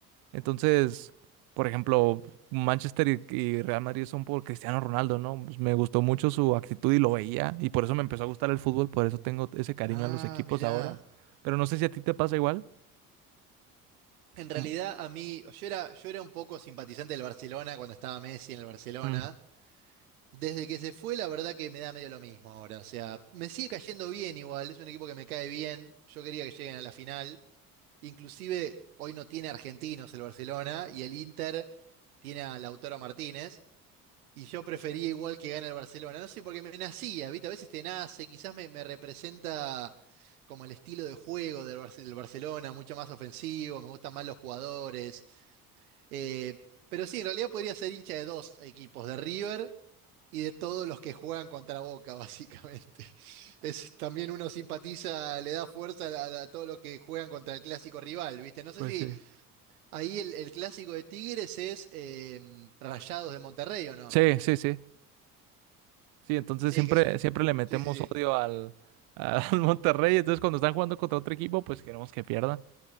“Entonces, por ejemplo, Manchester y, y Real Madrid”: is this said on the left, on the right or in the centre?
Right